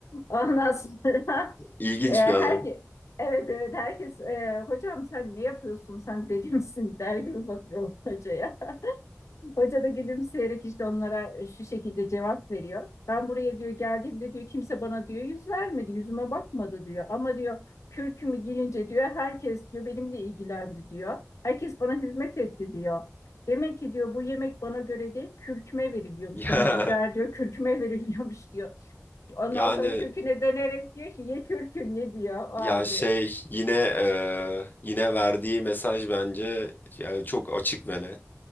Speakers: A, on the left; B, on the left.
A: Ondan sonra
B: İlginç
A: e, herke-
B: bir adam. <laughs>
A: Evet evet herkes e, hocam sen ne yapıyorsun sen deli misin der gibi bakıyor hocaya. Hoca da gülümseyerek işte onlara e, şu şekilde cevap veriyor. Ben buraya diyor geldiğimde diyor kimse bana diyor yüz vermedi, yüzüme bakmadı diyor. Ama diyor kürkümü giyince diyor herkes diyor benimle ilgilendi diyor. Herkes bana hizmet etti diyor. Demek ki diyor bu yemek bana göre değil kürküme veriliyormuş.
B: Ya
A: Yani bu der diyor kürküme veriliyormuş diyor. Ondan
B: yani
A: sonra kürküne dönerek diyor ki ye kürküm ye diyor o halde.
B: ya şey yine eee, yine verdiği mesaj bence ya, çok açık ve net.